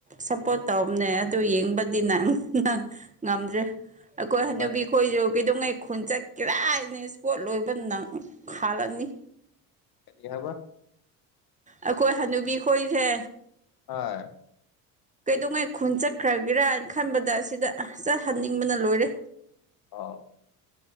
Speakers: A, on the right (about 15°); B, on the left (about 55°).
A: ꯁꯞꯄꯣꯔꯠ ꯇꯧꯕꯅꯦ ꯑꯗꯨ ꯌꯦꯡꯕꯗꯤ ꯅꯪ ꯅꯪ ꯉꯝꯗ꯭ꯔꯦ ꯑꯩꯈꯣꯏ ꯍꯅꯕꯤꯈꯣꯏꯁꯨ
B: ꯏꯕꯥꯅꯤ
A: ꯀꯩꯗꯧꯉꯩ ꯈꯣꯟꯆꯠ ꯀꯔꯥꯏꯅ ꯏꯁꯄꯣꯠ ꯂꯣꯏꯕ ꯅꯪ ꯍꯥꯜꯂꯅꯤ
B: ꯀꯔꯤ ꯍꯥꯕ
A: ꯑꯩꯈꯣꯏ ꯍꯅꯨꯕꯤ ꯈꯣꯏꯁꯦ
B: ꯑ
A: ꯀꯩꯗꯧꯉꯩ ꯈꯨꯟ ꯆꯠꯈ꯭ꯔꯒꯦꯔꯅ ꯈꯟꯕꯗ ꯑꯁꯤꯗ ꯆꯠꯍꯟꯅꯤꯡꯕꯅ ꯂꯣꯏꯔꯦ
B: ꯑꯥꯎ